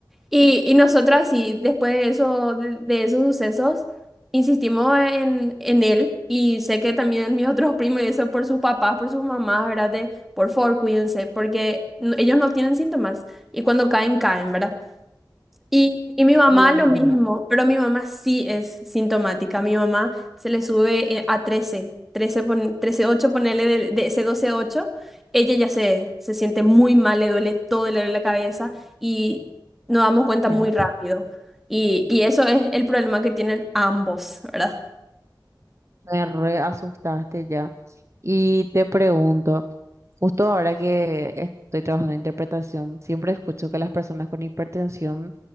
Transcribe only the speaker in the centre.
Y, y nosotras sí, después de eso, de, de esos sucesos, insistimos en, en él y sé que también mis otros primos y eso por sus papás, por sus mamás, ¿verdad? De, por favor, cuídense, porque n- ellos no tienen síntomas y cuando caen, caen, ¿verdad? Y, y mi mamá
lo mismo,
pero mi mamá sí es sintomática. Mi mamá se le sube eh, a 13, 13, pon- 13,8, ponerle de, de ese 12,8. Ella ya se, se siente muy mal, le duele todo, le duele la cabeza y nos damos cuenta
muy rápido. Y, y eso es el problema que tienen ambos, ¿verdad?